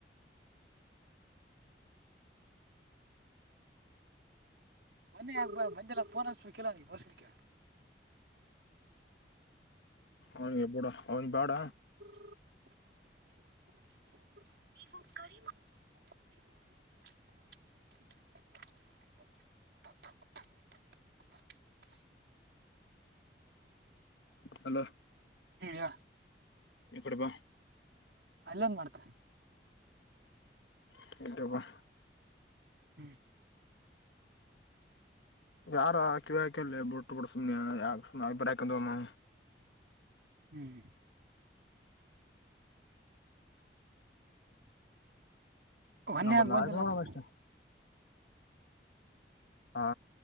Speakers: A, on the right (about 70°); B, on the left (about 80°).
A: ಮೊನ್ನೆ ಆಗ್ಬ ಮಂದೆಲ್ಲ ಫೋನ್ ಹಸ್ಬೇಕಲ್ಲ ನೀ ಬಷಣಕ್ಕೆ
B: ಅವನ್ಗೆ ಬೂಡ ಅವನ್ ಬಾಡ
A: <unintelligible> ಇವು ಕ ತ
B: ಹಲೋ
A: ಹಾ
B: ಎಡಬ
A: ಅಲ್ಲ ನ್ ಮಾಡ್ತೆ
B: ಟಪ್ಪ
A: ಹ್ಮ್
B: ಯಾರಾ ಕಿವಿಾಕಲ್ಲ ಬಿಟ್ಟ ಕೊೂಡ ಸುಮ್ಯ ಯಾ ಸು ಅಿಬ್ರ ಹಾಕೊಂಡಮ್ಮ
A: ಹ್ಮ್ ಮನ್ನಿಗ
B: ನಮ್ಮ
A: ಬಂದಿಲ್ಲ
B: ನಾಳೆ ನೋಡೋಣ
A: ತಪ್ಪು
B: ಅಷ್ಟೇ ಹಾ